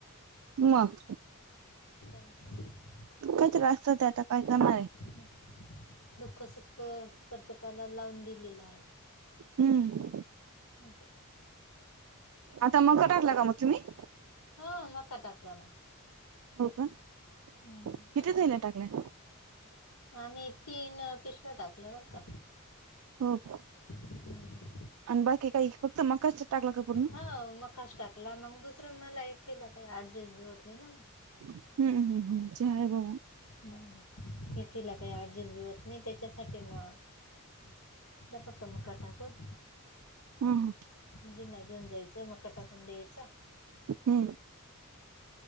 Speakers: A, on the right; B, on the left.
A: मग,
B: मशऽ <unintelligible>
A: काही तरी आसतं ते, आता काय करणार आहे.
B: नाही. दुःख -सुख, प्रत्येकाला लावून दिलेलं हाय.
A: हम्म,
B: असं,
A: आता मका टाकला का मग तुम्ही?
B: हो, मक्का टाकला ना.
A: हो का,
B: हम्म.
A: किती थैल्या टाकल्या?
B: आम्ही तीन अं पिशव्या टाकल्या बर का.
A: हो का,
B: हम्म.
A: आणि बाकी काही, फक्त मकाच टाकला का पूर्ण?
B: हा, मक्काच टाकला, मंग दुसरं मला एकटीला काही ऍडजस्ट बी होत नाही ना.
A: हम्म, हम्, हम्, ते हाय बाबा.
B: हं एकटिला काही ऍडजस्ट बी होत नाही, त्याच्यासाठी म दिला फक्त मक्का टाकून.
A: हम्,
B: मुलींना घेऊन जायचं, मका टाकून द्यायचा.
A: हम्म,